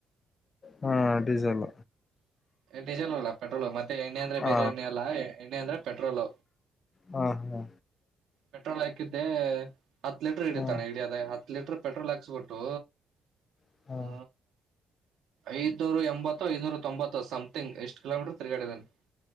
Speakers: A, on the left; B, on the right.
A: ಹಾ ಡೀಸೆಲ್
B: ಡೀಸೆಲ್ ಅಲ್ಲ ಪೆಟ್ರೋಲು ಮತ್ತೆ ಎಣ್ಣೆ ಅಂದ್ರೆ
A: ಹಾ
B: ಬೇರೆ ಎಣ್ಣೆ ಅಲ್ಲಾ ಎಣ್ಣೆ ಅಂದ್ರೆ ಪೆಟ್ರೋಲ್
A: ಹಾ ಹಾ
B: ಪೆಟ್ರೋಲ್ ಹಾಕಿದ್ದೆ ಹತ್ ಲೀಟರ್ ಹಿಡಿತ
A: ಹಾ
B: ಅಣ್ಣ ಹಿಡಿಯದ ಹತ್ ಲೀಟರ್ ಪೆಟ್ರೋಲ್ ಹಾಕ್ಸ್ಬಿಟ್ಟು
A: ಹಾ
B: ಆ ಐದನೂರ ಎಂಬತ್ತು ಐದನೂರ ತೊಂಬತ್ತು ಸಮ್ಥಿಂಗ್ ಎಷ್ಟು ಕಿಲೋಮೀಟರ್ ತಿರ್ಗಡೆ ಇದಾನೆ